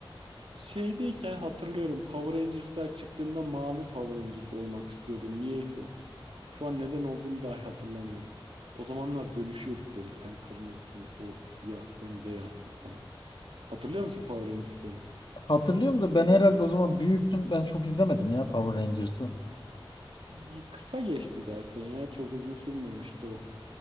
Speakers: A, on the right (about 80°); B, on the left (about 55°).
A: Şeydeyken hatırlıyorum Power Rangers'lar çıktığında mavi Power Rangers olmak istiyordum niyeyse. Şu an neden olduğunu dahi hatırlamıyorum. O zamanlar bölüşüyorduk böyle sen kırmızısın, o siyah, sen beyazsın falan. Hatırlıyor musun Power Rangers'ları?
B: Hatırlıyorum da ben herhalde o zaman büyüktüm. Ben çok izlemedim ya Power Rangers'ı.
A: Y- Kısa geçti zaten ya çok uzun sürmemişti o.